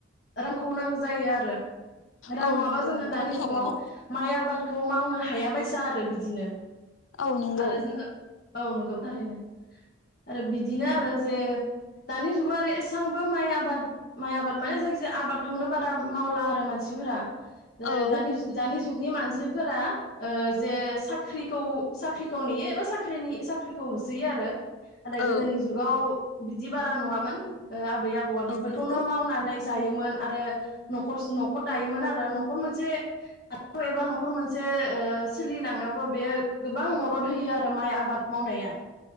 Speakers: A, on the left; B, on the left.
A: रांखौ नांगौ जायो आरो रां
B: औ
A: नङाबा
B: नंगौ
A: जोङो
B: नोंथां
A: दानि
B: थारैनो
A: जुगाव माइ आबादखौ मावनो हायाबायसा आरो बिदिनो
B: औ नंगौ।
A: आरो जोङो औ नंगौ थारैनो आरो बिदिनो आरो
B: औ
A: जे दानि जुगाव आरो एसां बो माइ आबाद माइ आबाद माने जायखिजाया आबादखौनो बारा मावला आरो मान सिफोरा ओ
B: औ
A: दानि दानि जुगनि मानसिफोरा ओ जे साख्रिखौ साख्रिखौ नेयो एबा साख्रिनि साख्रिखौ होसोयो आरो आदै
B: औ
A: गोदोनि जुगाव बिदि बारा नुवामोन ओ आबै आबौआ बेफोरखौनो
B: औ नंगौ
A: मावनानै जायोमोन आरो न'ख न'खर दायोमोन आरो न'खर मोनसे <unintelligible> एबा न'खर मोनसे ओ सोलिलांनायावबो बे गोबां मदद होयो आरो माइ आबाद मावनाया।